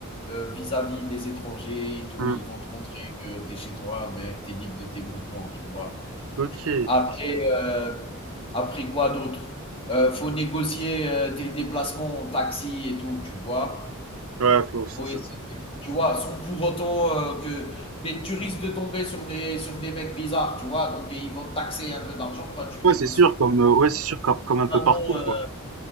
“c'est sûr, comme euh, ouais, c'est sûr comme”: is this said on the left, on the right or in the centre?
Right